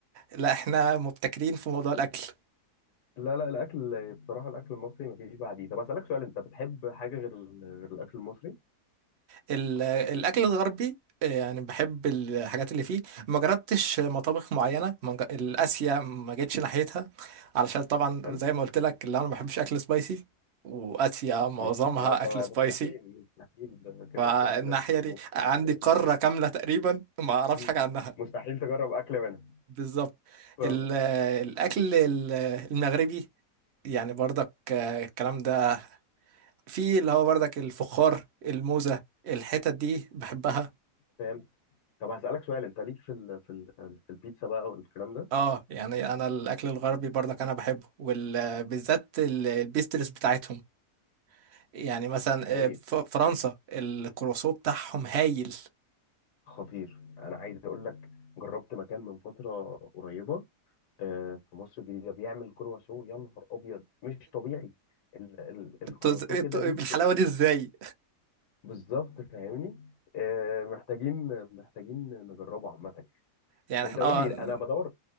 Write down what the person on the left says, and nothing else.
لا لا الاكل بصراحه الاكل المصري مفيش بعديه طب اسالك سؤال انت بتحب حاجه غير ال- غير الاكل المصري
هل
ماشي اه فمستحيل
مستحيل كده
تروح للمطبخ
المصري
مم.
<laughs> مستحيل تجرب اكل منها
فاهمك
فاهم طب هسالك سؤال انت ليك في ال في ال في البيتزا بقى والكلام ده
هايل
خطير انا عايز اقول لك جربت مكان من فتره قريبه آه، في مصر الجديدة بيعمل كرواسو يا نهار أبيض مش طبيعي ال ال الكرواسو
كده ريتش
قوي
بالظبط فاهمني آه، محتاجين محتاجين نجربه عامة
أنت
قول
لي
أنا بدور